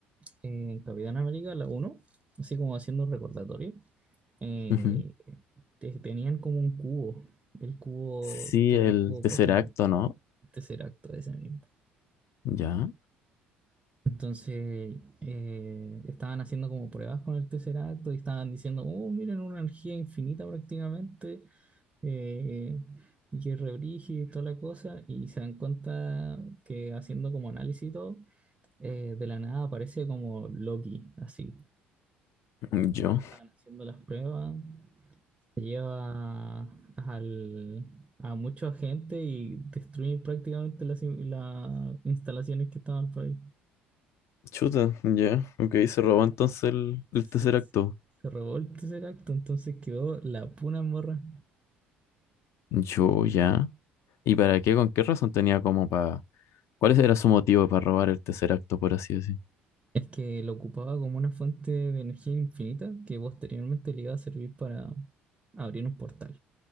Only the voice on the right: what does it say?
en Capitán América, la uno así como haciendo un recordatorio, eh,
te- tenían como un cubo, el cubo
que
era el cubo
cósmico,
Tesseracto ese mismo.
Entonces, eh, estaban haciendo como pruebas con el Tesseracto y estaban diciendo, oh, miren, una energía infinita prácticamente, eh, y que es re brígido y toda la cosa, y se dan cuenta que haciendo como análisis y todo, eh, de la nada aparece como Loki, así.
Estaban haciendo las pruebas, se lleva al, a mucha gente y destruye prácticamente las, in- las instalaciones que estaban por ahí.
Sí,
s-
se revolta ese acto, entonces quedó la pura morra.
Es que lo ocupaba como una fuente de energía infinita que posteriormente le iba a servir para abrir un portal.